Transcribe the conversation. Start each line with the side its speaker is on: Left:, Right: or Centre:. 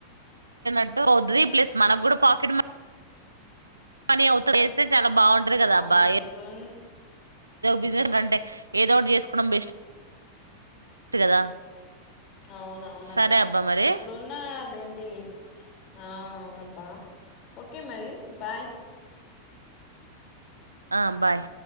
Right: ట్టు అవుతది ప్లస్ మనకు కూడా పాకెట్ పని అవుత వేస్తే చాలా బాగుంటది కదా
Left: అవునబ్బా
Right: అబ్బాయి
Left: ఇప్పుడున్
Right: బిజినెస్ కంటే ఏదోటి చేసుకోవడం బెస్ట్ కదా
Left: అవున అవునబ్బా
Right: సరే అబ్బా మరి
Left: ఇప్పుడున్న అదేంటి ఆ అవునబ్బా ఓకే మరి బాయ్
Right: ఆ బాయ్